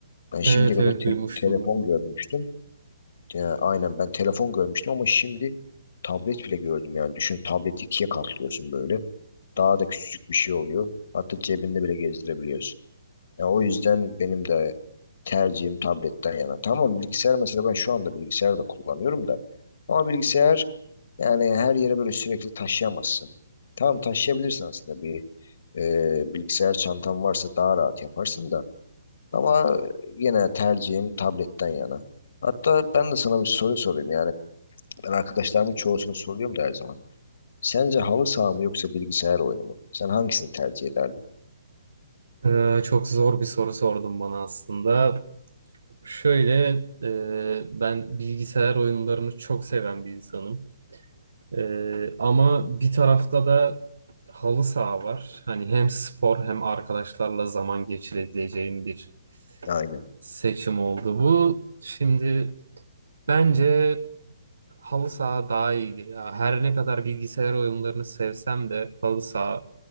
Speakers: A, on the left (about 60°); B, on the right (about 85°).
A: Ben şimdiye
B: Evet
A: kadar
B: evet
A: te-
B: duymuştum
A: telefon
B: ben bunu.
A: görmüştüm. Ee, aynen ben telefon görmüştüm ama şimdi tablet bile gördüm yani. Düşün tableti ikiye katlıyorsun böyle. Daha da küçücük bir şey oluyor. Hatta cebinde bile gezdirebiliyorsun. Ya o yüzden benim de tercihim tabletten yana. Tamam bilgisayar mesela ben şu anda bilgisayar da kullanıyorum da. Ama bilgisayar yani her yere böyle sürekli taşıyamazsın. Tamam taşıyabilirsin aslında bir e, bilgisayar çantan varsa daha rahat yaparsın da. Ama yine tercihim tabletten yana. Hatta ben de sana bir soru sorayım yani. Ben arkadaşlarımın çoğusunu soruyorum da her zaman. Sence halı saha mı yoksa bilgisayar oyunu mu? Sen hangisini tercih ederdin?
B: Ee, çok zor bir soru sordum bana aslında. Şöyle e, ben bilgisayar oyunlarını çok seven bir insanım. Ee, ama bir tarafta da halı saha var. Hani hem spor hem arkadaşlarla zaman geçirebileceğim bir
A: Aynen.
B: seçim oldu bu. Şimdi bence halı saha daha iyi. Ya her ne kadar bilgisayar oyunlarını sevsem de halı saha